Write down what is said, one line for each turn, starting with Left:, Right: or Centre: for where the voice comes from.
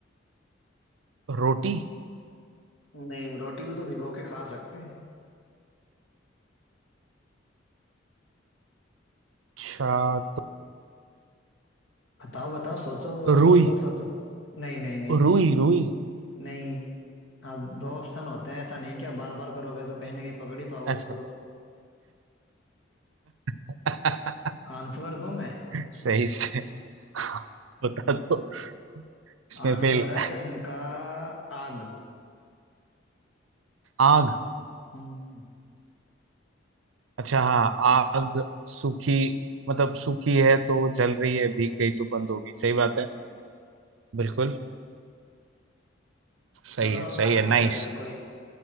Right: रोटी
Left: नहीं रोटी भी तो भिगो के खा सकते हैं
Right: अच्छा तो
Left: बताओ बताओ सोचो
Right: रुई
Left: सोचो सोचो नहीं नहीं नहीं
Right: रुई रुई
Left: नहीं अब दो ऑप्शन होते हैं ऐसा नहीं कि आप बार बार करोगे तो कहीं ना कहीं पकड़ ही पाओगे
Right: अच्छा
Left: उसको तो
Right: <laughs>
Left: आंसर दूं मैं
Right: सही से हाँ, बता दो इसमें
Left: आंसर
Right: फेल
Left: है इनका आग
Right: आग
Left: हम्म
Right: अच्छा हाँ आग सूखी मतलब सूखी है तो जल रही है भीग गई तो बंद होगी सही बात है बिल्कुल सही
Left: चलो
Right: है सही
Left: अब आप
Right: है
Left: पूछो
Right: नाइस
Left: यार कोई